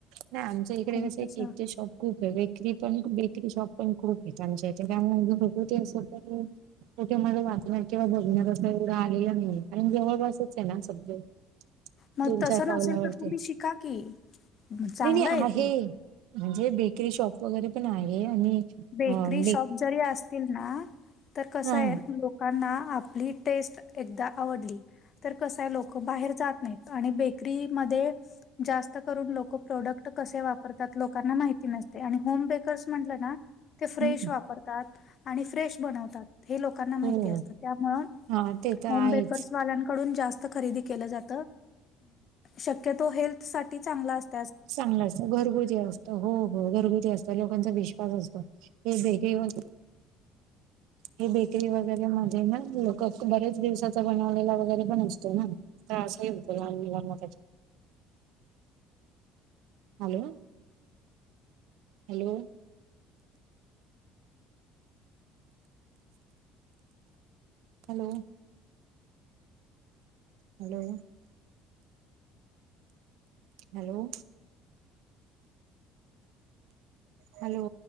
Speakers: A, on the right; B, on the left.
A: नाही आमच्या इकडे
B: आणि
A: कसे
B: कसं
A: केकचे शॉप खूप वेगळे री पण बेकरी शॉप पण खूप आहेत त्यांमच्या इथे भगवती असं पण कुठे मला वाचणार किंवा बघण्यात असं एवढं आलेलं नाही कारण जवळ बासच आहे ना सधळे
B: मग
A: दोन
B: तसं
A: चार पावलावर
B: नसेल तर तुम्ही
A: ते
B: शिका की चांगलं
A: विणी आहे.
B: ते.
A: म्हणजे बेकरी शॉप वगैरे पण आहे आणि
B: बेकरी
A: अ बेक
B: शॉप जरी असतील ना तर कस
A: हा
B: आहेोक. लकांना आपली टेस्ट एकदा आवडली. तर कसय लोक बाहेर जात नाहीत आणि बेकरीमध्ये जास्त करून लोक प्रोडक्ट कसे वापरतात लोकांना माहिती नसते आणि होम बेकर्स म्हटलं ना. ते फ्रेश
A: हम्म,
B: वापरतात आणि फ्रेश बनवतात. हे लोकांना माहिती
A: हो
B: असतं त्यामुळे
A: हा ते तर
B: होम
A: आहेच
B: बेकर्स वाल्यांकडून जास्त खरेदी केलं जात शक्यतो हेल्थ साठी चांगला असत.
A: चांगलं असतं घरगुती असत. हो हो घरगुती असत लोकांचा विश्वास असतो हे ब हे बेकरी वगैरे मध्ये ना लोक बरेच दिवसाचा बनवलेला वगैरे पण असतो ना. त्रासही होतो त्याचा लहान मुलांना hello. Hello. Hello. Hello. Hello. Hello.